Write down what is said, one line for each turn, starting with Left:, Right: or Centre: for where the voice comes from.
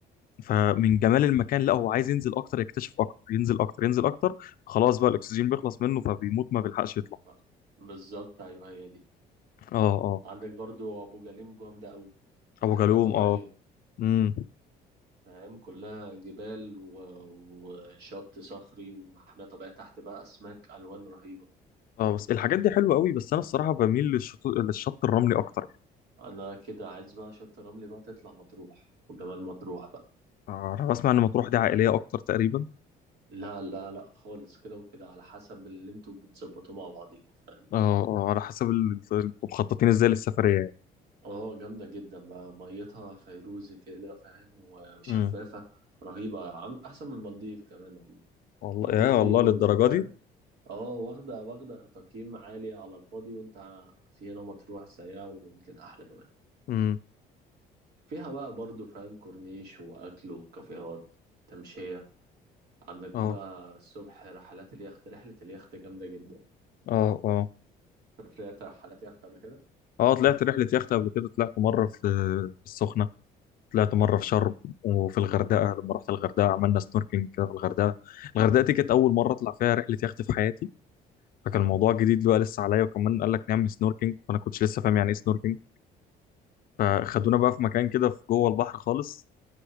Left: فمن جمال المكان لا هو عايز ينزل اكتر يكتشف اكتر ينزل اكتر ينزل اكتر خلاص بقى الاكسجين بيخلص منه فبيموت ما بيلحقش يطلع
Right: ب- بالظبط ايوه هي دي
Left: اه اه
Right: عندك برضو ابو جليم جامده قوي محميه
Left: ابو جالوم
Right: طبيعيه
Left: اه امم
Right: فاهم كلها جبال و... وشط صخري ومحميه طبيعيه تحت بقى اسماك الوان رهيبه
Left: اه بس الحاجات دي حلوه قوي بس انا الصراحه بميل للشط للشط الرملي اكتر
Right: انا كده عايز بقى شط رملي بقى تطلع مطروح وجمال مطروح بقى
Left: آه انا بسمع ان مطروح دي عائليه اكتر تقريبا
Right: لا لا لا خالص كده وكده على حسب اللي انتوا بتظبطوه مع بعضيكوا فاهم
Left: اه اه على حسب ال- انتوا مخططين ازاي للسفريه يعني
Right: اه جامدة جدا بقى ميتها فيروزي كده فاهم و- وشفافة
Left: امم
Right: رهيبة عم احسن من المالديف كمان والله
Left: والله
Right: المالديف
Left: يا
Right: دي
Left: والله للدرجه
Right: فاهم
Left: دي
Right: اه واخدة واخدة تقييم عالي على الفاضي وانت في هنا مطروح زيها ويمكن احلى كمان
Left: امم
Right: فيها بقى برضو فاهم كورنيش واكل وكافيهات تمشية عندك
Left: اه
Right: بقى الصبح رحلات اليخت رحلة اليخت جامدة جدا
Left: اه اه
Right: طلعت رحلات يخت قبل كده
Left: اه طلعت رحله يخت قبل كده طلعت مره في في السخنه طلعت مرة
Right: مم.
Left: في شرم وفي الغردقة لما رحت الغردقة عملنا سنوركينج كده في الغردقة الغردقة دي كانت أول مرة أطلع فيها رحلة يخت في حياتي فكان الموضوع جديد بقى لسه عليا وكمان قال لك نعمل سنوركينج فأنا كنتش لسه فاهم يعني إيه سنوركينج فخدونا بقى في مكان كده في جوه البحر خالص